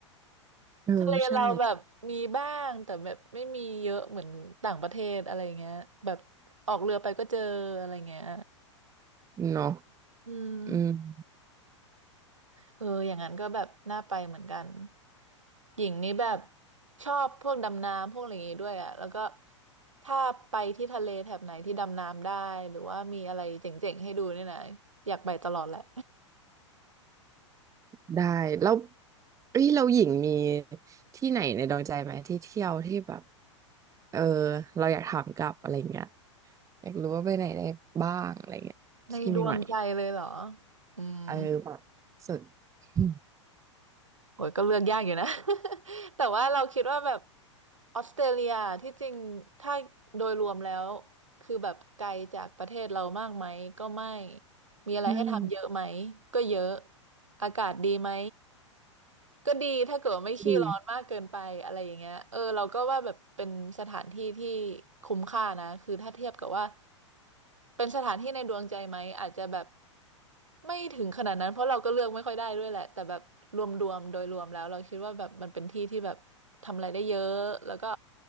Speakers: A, on the right; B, on the right.
A: เออใช่
B: ทะเลเราแบบมีบ้างแต่แบบไม่มีเยอะเหมือนต่างประเทศอะไรเงี้ยแบบออกเรือไปก็เจออะไรเงี้ย
A: เนาะ
B: อืม
A: อืม
B: เอออย่างนั้นก็แบบน่าไปเหมือนกันหญิงนี่แบบชอบพวกดำน้ำพวกอะไรอย่างงี้ด้วยอ่ะแล้วก็ถ้าไปที่ทะเลแถบไหนที่ดำน้ำได้หรือว่ามีอะไรเจ๋งๆให้ดูเนี่ยนะอยากไปตลอดแหละ
A: ได้แล้วเอ้ยเราหญิงมีที่ไหนในดวงใจไหมที่เที่ยวที่แบบเออเราอยากถามกลับอะไรเงี้ยอยากรู้ว่าไปไหนได้บ้างอะไรเงี้ยที่ใหม่
B: <laughs> ในดวงใจเลยเหรออืม
A: ๆเออแบบสุดอืม
B: โอ้ยก็เลือกยากอยู่นะ <laughs> แต่ว่าเราคิดว่าแบบออสเตรเลียที่จริงถ้าโดยรวมแล้วคือแบบไกลจากประเทศเรามากไหมก็ไม่มีอะไรให้ทำเยอะไหม
A: ใช่
B: ก็เยอะอากาศดีไหม ก็ดีถ้าเกิดว่าไม่ขี้ร้อนมากเกินไปอะไรอย่างเงี้ยเออเราก็ว่าแบบเป็นสถานที่ที่
A: <laughs> ดี
B: คุ้มค่านะคือถ้าเทียบกับว่าเป็นสถานที่ในดวงใจไหมอาจจะแบบไม่ถึงขนาดนั้นเพราะเราก็เลือกไม่ค่อยได้ด้วยแหละแต่แบบรวมๆโดยรวมแล้วเราคิดว่าแบบมันเป็นที่ที่แบบทำอะไรได้เยอะแล้วก็